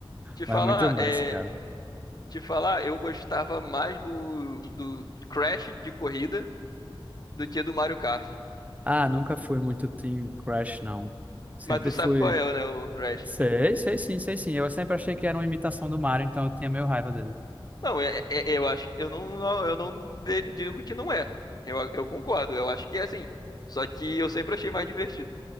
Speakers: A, on the left; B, on the right.
A: Te falar,
B: Mas muito massa,
A: é.
B: cara.
A: Te falar, eu gostava mais do, do Crash de corrida do que do Mario Kart.
B: Ah, nunca fui muito Team Crash, não. Sempre
A: Mas tu sabe
B: fui.
A: qual é, né, o Crash.
B: Sei, sei sim, sei sim. Eu sempre achei que era uma imitação do Mario, então eu tinha meio raiva dele.
A: Não, é- é- é, eu acho, eu não, eu não de- digo que não é. Eu, eu concordo, eu acho que é assim. Só que eu sempre achei mais divertido.